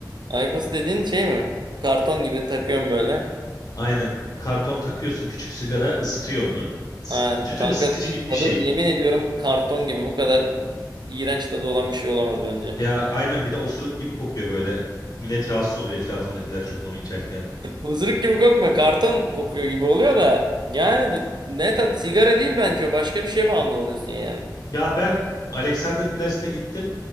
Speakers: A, on the right; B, on the left.
A: Aykos dediğin şey mi? Karton gibi takıyorum böyle.
B: Aynen. Karton takıyorsun küçük sigara ısıtıyor onu. S-
A: Ha,
B: Tütün
A: kanka
B: ısıtıcı gibi
A: tadı
B: bir şey.
A: yemin ediyorum karton gibi bu kadar iğrenç tadı olan bir şey olamaz bence.
B: Ya aynen bir de osuruk gibi kokuyor böyle. Millet rahatsız oluyor etrafındakiler çok onu içerken.
A: Hızırık gibi kokmuyor. Karton kokuyor gibi oluyor da. Yani bir- ne tat sigara değil bence o. Başka bir şeye bağımlı oluyorsun yani.
B: Ya ben Alexanderplatz'te gittim